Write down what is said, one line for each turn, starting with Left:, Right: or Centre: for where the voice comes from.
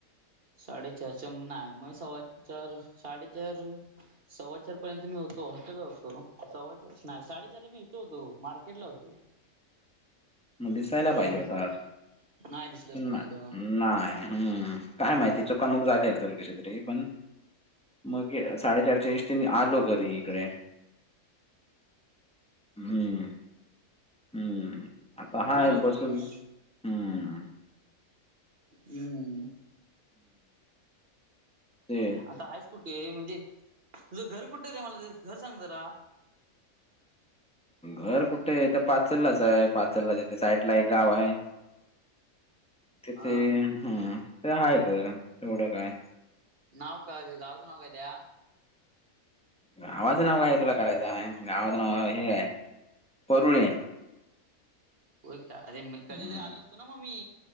Right: साडेचारच्या म नाय मी सव्वा चार साडेचार सव्वा चार पर्यंत मी होतो हॉस्टेलवर होतो सव्वाचार नाही साडेचारला मी हित होतो मार्केट ला होतो.
Centre: म दिसायला
Right: बरोबर
Centre: पाहिजे होतास
Right: तू नाही दिसलस
Centre: पण
Right: तुम्हाला
Centre: ना
Right: तेव्हा
Centre: नाय हम्म काय माहिती चुकामुक झाली असल कशी तरी पण मग साडेचारच्या इष्टीनी आलो घरी इकडे हम्म हम्म आता
Right: म
Centre: हाय
Right: बरोबरय.
Centre: बसून हम्म
Right: हम्म
Centre: ते
Right: आता हायस कुठे म्हणजे तुझं घर कुठे रे मला ते घर सांग जरा
Centre: घर कुठे त पाचललाचय पाचललाच तिथे साईडला एक गावय तिथे
Right: हा
Centre: हम्म तिथे हाय घर येवढं काय
Right: नाव काय त्या गावाच नाव काय त्या
Centre: गावाचं नाव काय तुला करायचं गावाचं नाव हे हाय परुळे
Right: हो एक तर अरे मी
Centre: हम्म
Right: कधीतरी आलो असतो ना मग मी